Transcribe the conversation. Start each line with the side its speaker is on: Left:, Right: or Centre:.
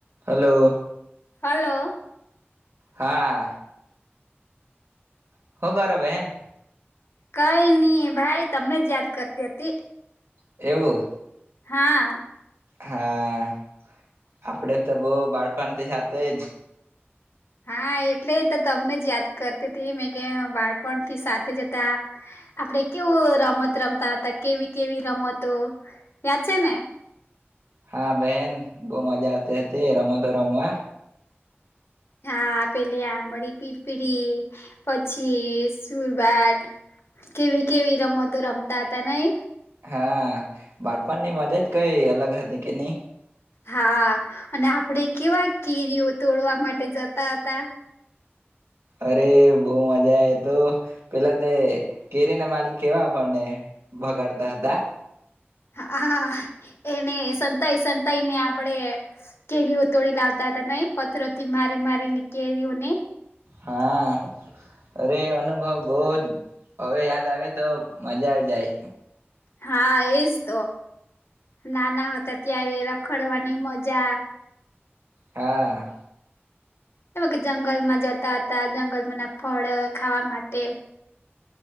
Right: Hello!
Left: Hello!
Right: હા! હું કરો બેન?
Left: કાઈ ની ભાઈ. તમને જ યાદ કરતી હતી.
Right: એવું.
Left: હા!
Right: હા, આપડે તો બહુ બાળપણથી સાથે જ
Left: હા, એટલે તો તમને જ યાદ કરતી તી. મેં કે બાળપણથી સાથે હતા, આપડે કેવું રમત રમતા હતા, કેવી કેવી રમતો, યાદ છે ને?
Right: હા, બહેન બહુ મજા આવતી હતી, રમતો રમવા.
Left: હા, પેલી આમળી-પીપળી પછી સુરબાટ. કેવી-કેવી રમતો રમતા હતા નઈ?
Right: હા, બાળપણ ની મજા જ કઈ અલગ હતી કે ની?
Left: હા, અને આપડે કેવા કેરીઓ તોડવા માટે જતા હતા.
Right: અરે! બહુ મજા એ તો. પેલા તે કેરી ના માલિક કેવા આપણને ભગાડતા હતા.
Left: હા, એને સંતાઈ-સંતાઈ ને આપડે કેરીઓ તોડી લાવતા હતા નઈ, પથરોથી મારી મારીને કેરીઓને
Right: હા, અરે એ અનુભવ બહુ જ, હવે યાદ આવે તો મજા આવી જાય.
Left: હા, એજ તો, નાના હતા ત્યારે રખડવાની મજા
Right: હા!
Left: એમાં કે જંગલમાં જતા હતા, જંગલમાં ના ફળ ખાવા માટે.